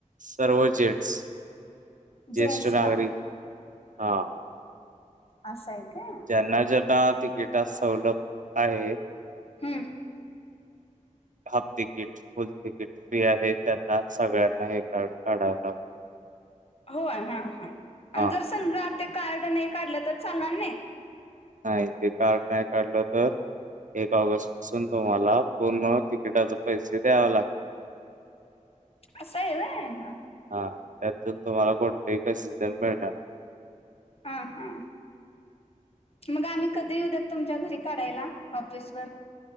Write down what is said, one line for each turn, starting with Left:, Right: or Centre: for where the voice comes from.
Right: सर्व जेन्टस ज्येष्ठ
Left: जेंट्सला
Right: नागरिक हा.
Left: असं आहे का.
Right: त्यांना ज्यांना तिकीटात सवलत आहे.
Left: हम्म
Right: half ticket full ticket fee आहे त्यांना सगळ्यांना हे काढावं लागत.
Left: होय हा ह आणि
Right: हा
Left: जर समजा ते कार्ड नाही काढलं तर चालणार नाही?
Right: नाही ते कार्ड नाही काढलं तर. एक ऑगस्ट पासून तुम्हाला पूर्ण तिकिटाचे पैसे द्यावे लागतऽ
Left: असं आह वयऽ
Right: हां,, त्यातून तुम्हाला कोणते एक सीजन मिळणार.
Left: हा हा, मग आम्ही कधी येऊद्यात तुमच्या घरी काढायला,, ऑफिसवररऽ